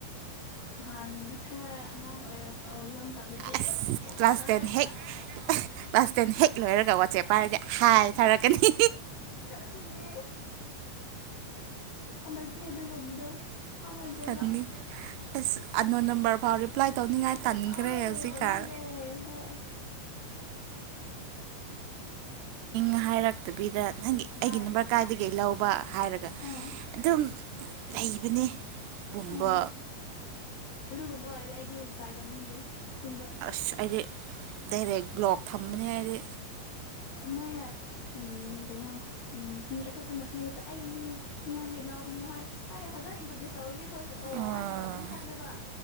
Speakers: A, on the left; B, on the right.
A: ꯍꯥꯟꯅ ꯈꯔ ꯑꯉꯥꯡ ꯑꯣꯏꯔ ꯑꯣꯏꯕ ꯃꯇꯝꯗꯗꯤ
B: ꯑꯁ
A: ꯑꯗꯨꯝ ꯀꯣꯜ
B: ꯀ꯭ꯂꯥꯁ
A: ꯇꯧꯔꯒ
B: ꯇꯦꯟ ꯍꯦꯛ ꯀꯂ꯭ꯥꯁ ꯇꯦꯟ ꯍꯦꯛ ꯂꯣꯏꯔꯒ ꯋꯥꯆꯦꯞ ꯄꯥꯏꯔꯒ ꯍꯥꯏ ꯊꯥꯔꯛꯀꯅꯤ
A: ꯑꯗꯨꯅꯦ ꯍꯟꯗꯛꯇꯤ ꯑꯗꯨꯒꯨꯝꯕꯗꯣ ꯊꯥꯅꯗ꯭ꯔꯦꯕ
B: ꯇꯟꯅꯤ ꯑꯁ ꯑꯟꯅꯣꯟ ꯅꯝꯕꯔ ꯐꯥꯎ ꯔꯤꯄ꯭ꯂꯥꯏ ꯇꯧꯅꯤꯡꯉꯥꯏ ꯇꯟꯈ꯭ꯔꯦ
A: ꯑꯣꯏ
B: ꯍꯧꯖꯤꯛꯀꯥꯟ
A: ꯇꯧꯅꯤꯡꯗ꯭ꯔꯦ ꯍꯣꯏ
B: ꯅꯍꯥꯏꯔꯛꯇꯕꯤꯗ ꯅꯪꯒꯤ
A: ꯍꯣꯏ
B: ꯑꯩꯒꯤ ꯅꯝꯕꯔ ꯀꯥꯏꯗꯒꯤ ꯂꯧꯕ ꯍꯥꯏꯔꯒ
A: ꯑꯥ
B: ꯑꯗꯨꯝ ꯂꯩꯕꯅꯦ ꯒꯨꯝꯕ
A: ꯑꯥ ꯑꯗꯨꯒꯨꯝꯕ ꯑꯣꯏꯔꯗꯤ ꯑꯩꯗꯤ ꯔꯤꯄ꯭ꯂꯥꯏ ꯇꯧꯅꯤꯡꯗ꯭ꯔꯦ ꯑꯁꯦꯡꯕ
B: ꯑꯁ ꯑꯩꯗꯤ ꯗꯥꯏꯔꯦꯛ ꯕ꯭ꯂꯣꯛ ꯊꯝꯕꯅꯤ ꯍꯥꯏꯔꯤ
A: ꯃꯣꯏꯅ ꯎꯝ ꯀꯩꯅꯣ ꯎꯝ ꯃꯤ ꯑꯇꯣꯞꯄꯅ ꯄꯤꯔꯁꯨ ꯑꯩꯅꯦ ꯃꯉꯣꯟꯗꯩꯩ ꯂꯧꯕꯅꯦ ꯍꯣꯏ ꯍꯥꯏꯅ ꯐꯖꯅ ꯏꯟꯇ꯭ꯔꯣꯗ꯭ꯌꯨꯁ ꯇꯧꯔꯗꯤ ꯑꯩꯈꯣꯏꯁꯨ ꯑꯣ
B: ꯑꯥ
A: ꯍꯥꯏꯅ ꯑꯗꯨꯝ ꯈꯜꯂꯦꯕ